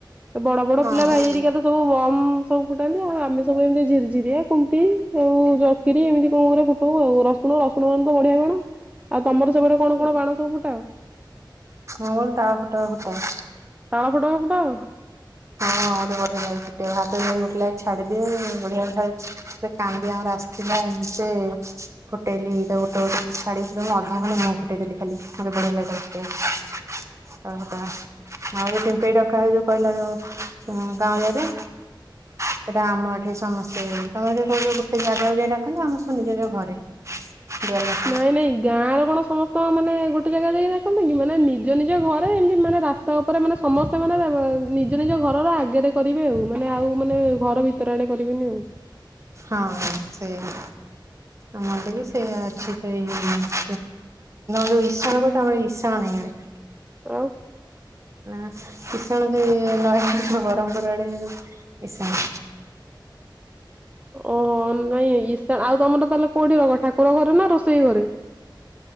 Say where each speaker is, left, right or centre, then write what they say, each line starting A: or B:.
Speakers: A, on the right (about 15°); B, on the right (about 35°).
A: ତ ବଡ ବଡ
B: ହଁ
A: ପିଲା ଭାଇ ହେରିକା ତ ସବୁ ବମ୍ ସବୁ ଫୁଟାନ୍ତି, ଆଉ ଆମେ ସବୁ ଏମିତି ଝୁରଝିରଆ କୁମ୍ପି ଆଉ ଚକ୍ରୀ ଏମିତି କଣରେ ଫୁଟାଉ ଆଉ, ରସୁଣ ରସୁଣ ବାଣ ତ ବଢିଆ ବାଣ। ଆଉ ତମର ସେପଟେ କଣ କଣ ବାଣ ସବୁ ଫୁଟାଅ?
B: ଆମର ତାଳ ଫୋଟକା ଫୁଟାଉ।
A: ତାଳ ଫୋଟକା ଫୁଟାଅ।
B: ହଁ ମତେ ବଢିଆ ଲାଗେ ଫୁଟେଇବାକୁ, ହାତ ଗୋଟ ଲାଗି ଛାଡିଦିଏ, ବଢିଆ ଭ କାନ୍ଦି ଆମର ଆସିଥିଲା ଏମତି ଫୁଟେଇଲି ତା ଗୋଟେ ଗୋଟେ ଛାଡିଥିଲେ, ଅଧା ଖଣ୍ଡେ ମୁଁ ଫୁଟେଇ ଦେଲି ଖାଲି। ମତେ ବଢିଆ ଲାଗେ ଫୁଟେଇବାକୁ ତାଳଫୋଟକା। ଆଉ ପିପେଇ ଡକା ହୁଏ ଯୋଉ କହିଲା ଯୋଉ କାଉଁରିଆରେ। ସେଇଟା ଆମ ଏଠି ସମସ୍ତେ ତମେ ଏଠ ଗୋଟେ ଜାଗାକୁ ଯାଇ ଡାକନ୍ତି, ଆମର ସବୁ ନିଜ ନିଜ ଘରେ। ଦୁଆରେ ଡାକନ୍ତି
A: ନାଇଁ ନାଇଁ। ଗାଁର କଣ ସମସ୍ତ ମାନେ ଗୋଟେ ଜାଗା ଯାଇକି ଡାକନ୍ତି କି, ମାନେ ନିଜ ନିଜ ଘରେ ଏମିତି ମାନେ ରାସ୍ ସ୍ତା ଉପରେ ମାନେ ସମସ୍ତେ ମାନେ ନିଜ ନିଜ ଘରର ଆଗରେ କରିବେ ଆଉ। ମାନେ ଆଉ ମାନେ ଘର ଭିତର ଆଡ଼େ କରିବେନି ଆଉ।
B: ହଁ ସେୟା, ଆମ ଆଡେ ବି ସେୟା ଅଛି ସେଇ <unintelligible> ଯୋଉ ଇଶାଣ କହୁଛ ଆମର ଇଶାଣ ନାହିଁ ଇଆଡେ।
A: ଆଉ।
B: ନା ଇସାଣ ସେ ନୟାଗଡ ବରହମପୁର ଆଡେ ଇଶାଣ
A: ଓ ନାଇଁ ଇଶା ଆଉ ତମର ତାହେଲେ କୋଉଠି ହବ ଠାକୁର ଘରେ ନା ରୋଷେଇ ଘରେ?